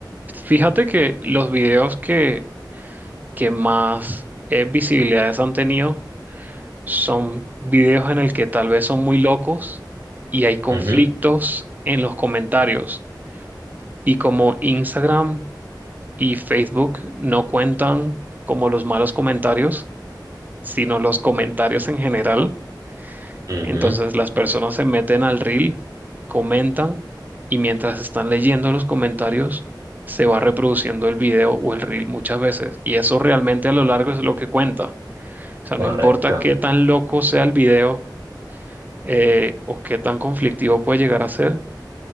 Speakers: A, on the right; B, on the right.
A: fíjate que los videos que, que más eh, visibilidades han tenido son videos en el que tal vez son muy locos y hay conflictos
B: Ujú,
A: en los comentarios. Y como Instagram y Facebook no cuentan como los malos comentarios, sino los comentarios en general.
B: ujú,
A: Entonces las personas se meten al reel, comentan y mientras están leyendo los comentarios se va reproduciendo el video o el reel muchas veces. Y eso realmente a lo largo es lo que cuenta. O sea,
B: correcto.
A: no importa qué tan loco sea el video eh, o qué tan conflictivo puede llegar a ser,